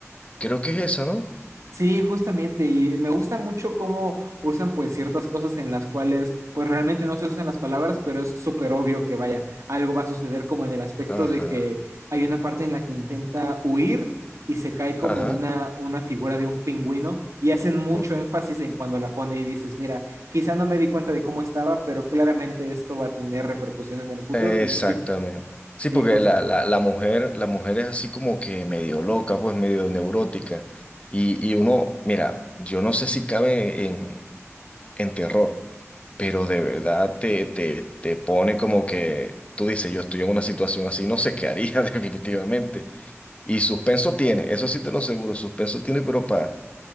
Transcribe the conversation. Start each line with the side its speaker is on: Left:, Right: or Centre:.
Left: Creo que es esa, ¿no?
Right: Sí, justamente, y me gusta mucho cómo usan pues ciertas cosas en las cuales pues realmente no se usan las palabras, pero es súper obvio que vaya, algo va a suceder como en el aspecto
Left: Ajá,
Right: de que hay una parte en la que intenta huir y se cae como
Left: ajá,
Right: una, una figura de un pingüino y hacen mucho
Left: ok.
Right: énfasis en cuando la pone y dices, mira, quizá no me di cuenta de cómo estaba, pero claramente esto va a tener repercusión en el futuro
Left: Exactamente.
Right: y pues sí,
Left: Sí,
Right: sí,
Left: porque
Right: justo.
Left: la, la, la mujer, la mujer es así como que medio loca, pues medio neurótica. Y, y uno, mira, yo no sé si cabe en, en terror. pero de verdad te, te, te pone como que tú dices, yo estoy en una situación así, no sé qué haría <laughs> definitivamente. Y suspenso tiene, eso sí te lo aseguro, suspenso tiene, pero pa,